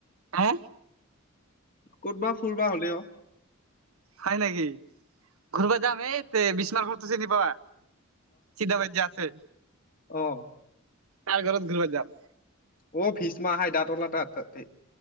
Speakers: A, on the right; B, on the left.
A: হা।
B: ক'তবা ফুুৰবা হ'লে অ।
A: হয় নেকি ঘূৰবা যাম এই তে বিছনা ঘৰতটো চিনি পাৱা চিতাবদ <unintelligible> যে আছে
B: আহ।
A: তাৰ ঘৰত গ'লে যাম।
B: অ ভিষ্্মা আহাই ডাতৰ লাটা তাতে।